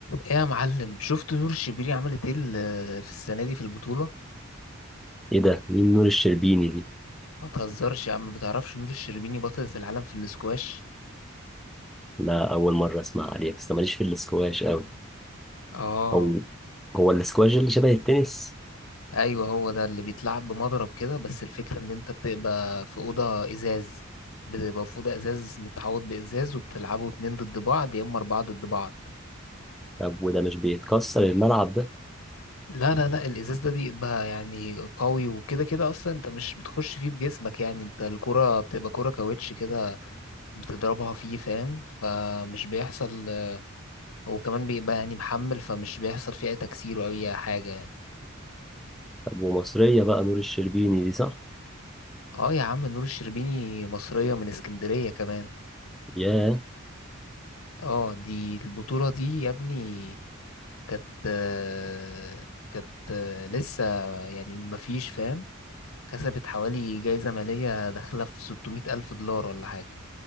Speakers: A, on the left; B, in the centre.
A: ايه يا معلم شفت نور الشربيني عملت ايه ال- في السنه دي في البطوله
B: ايه ده مين نور الشربيني دي
A: ما تهزرش يا عم ما بتعرفش نور الشربيني بطلة العالم في الاسكواش
B: لا اول مره اسمع عليها بس أنا ماليش في الاسكواش قوي
A: اه
B: هو هو الاسكواش اللي شبه التنس
A: ايوه هو ده اللي بيتلعب بمضرب كده بس الفكره ان انت بتبقى في اوضه ازاز بتبقى في اوضه ازاز متحوط بازاز وبتلعبوا اتنين ضد بعض يا اما اربعه ضد بعض
B: طب وده مش بيتكسر الملعب ده
A: لا لا لا الازاز ده بيبقى يعني قوي وكده كده اصلا انت مش بتخش فيه بجسمك يعني انت الكره بتبقى كره كاوتش كده بتضربها فيه فاهم فمش بيحصل وكمان بيبقى يعني محمل فمش بيحصل فيه أي تكسير أو أي حاجة يعني
B: طب ومصريه بقى نور الشربيني دي صح
A: اه يا عم نور الشربيني مصرية من اسكندرية كمان
B: ياه
A: اه دي البطولة دي يا ابني كانت آه، كانت آه، لسه يعني مفيش فاهم كسبت حوالي جايزة مالية داخلة في 600 ألف دولار ولا حاجة